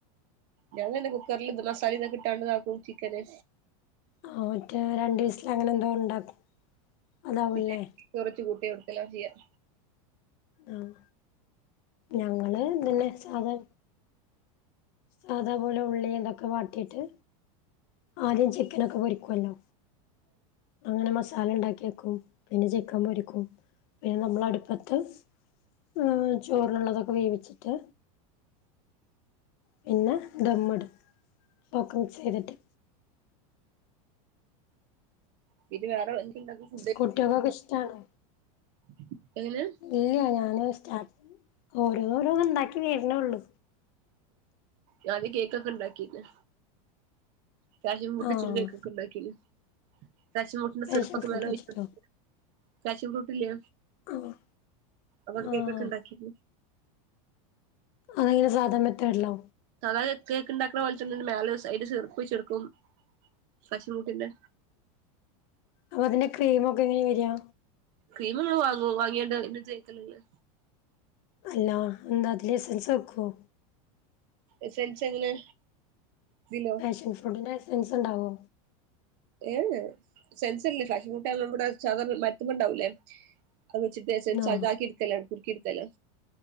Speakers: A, on the right; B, on the left.
A: ഞാൻ തന്നെ കുക്കറിൽ ഇത് മസാല ഇതൊക്കെ ഇട്ടാണ്ടതാക്കും ചിക്കന്.
B: ആ മറ്റേ രണ്ടു വിസൽ അങ്ങനെ എന്തോ ഉണ്ടാക്കും, അതാവുല്ലേ.
A: പിന്നെ കുറച്ച് കൂട്ടി കൊടുത്തല്ല ചെയ്യാം.
B: ആഹ ഞങ്ങള് ഇതന്നെ സാധാ സാധാ പോലെ ഉള്ളി തൊക്കെ വാട്ടിയിട്ട്. ആദ്യം ചി ക്കനൊക്കെ പൊരിക്കുവല്ലോ. അങ്ങനെ മസാല ഉണ്ടാക്കി വക്കും. പിന്നെ ചിക്കൻ പൊരിക്കും. പിന്നെ നമ്മള് അടുപ്പത്ത് ഏ ചോറിനുള്ളതൊക്കെ വേവിച്ചിട്ട്. പിന്നെ ദമ്മിടും. ഓക്കെ മിക്സ് ചെയ്തിട്ട്.
A: പിന്നെ വേറെന്തുണ്ടാകും
B: കുട്ടികൾക്കൊക്കെ ഇഷ്ടാണോ
A: <unintelligible> എങ്ങനെ
B: ഇല്ല ഞാന് സ്റ്റാർട്ട് ഓരോന്നോരോന്ന് ഉണ്ടാക്കി വരണേള്ളൂ.
A: ഞാന് കേക്കൊക്കെ ഇണ്ടാക്കിന്ന്. പാഷൻ ഫ്രൂട്ട്
B: ആഹ്
A: വെച്ചിട്ട് കേക്കൊക്കെ ഉണ്ടാക്കിന്. പാഷൻ ഫ്രൂട്ടിന്റെ
B: പാഷൻ
A: സിറപ്പൊക്കെ
B: ഫ്രൂട്ട്
A: മേലെ ഒഴി
B: വെച്ചിട്ടോ
A: <unintelligible> പാഷൻ ഫ്രൂട്ടില്ലോ.
B: ആഹ്
A: അങ്ങോട്ട്
B: ആഹ്
A: കേക്കൊക്കെ ഉണ്ടാക്കിണ്.
B: അതെങ്ങനെ, സാധാ മെതേഡിലൊ?
A: സാധാ കേക്ക് ഉണ്ടാക്കണെ പോലെ തന്നെ മേലെ സൈഡ് സിറപ്പ് ഒഴിച്ചൊടുക്കും, പാഷൻ ഫ്രൂട്ടിന്റെ.
B: അപ്പൊ അതിന്റെ ക്രീം ഒക്കെ എങ്ങനെ വരാ?
A: ക്രീമ് ഇമ്മള് വാങ്ങും. വാങ്ങിയാണ്ട് അയിന് തേക്കലല്ലേ.
B: അല്ല എന്താ അതില് എസ്സെൻസ് വെക്കുവോ?
A: എസ്സെൻസ് എങ്ങനെ, ഇതിലോ?
B: പാഷൻ ഫ്രൂട്ടിന്റെ എസ്സെൻസ് ഉണ്ടാവോ?
A: ഏഏഹ് എസ്സെൻസില്ല, ഫാഷൻ ഫ്രൂട്ട് അത് നമ്മുടെ മരത്തിമ്മെ ഉണ്ടാവുലെ. അത് വച്ചിട്ട് എസ്സെൻസ്
B: ആഹ്
A: അതാക്കിട ക്കല കുറുക്കി എടുക്കലാ.